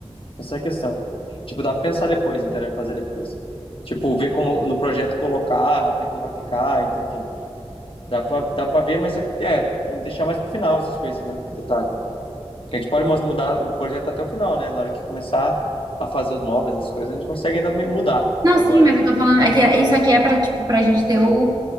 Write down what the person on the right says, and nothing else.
Não,
sim, mas eu tô falando. É que isso aqui é pra, tipo, pra gente ter o,